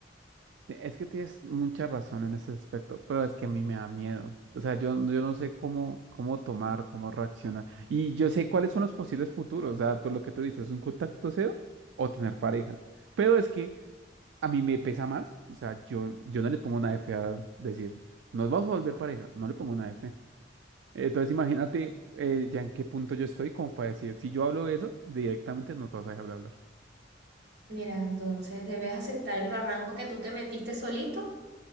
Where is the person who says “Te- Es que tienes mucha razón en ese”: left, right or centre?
Right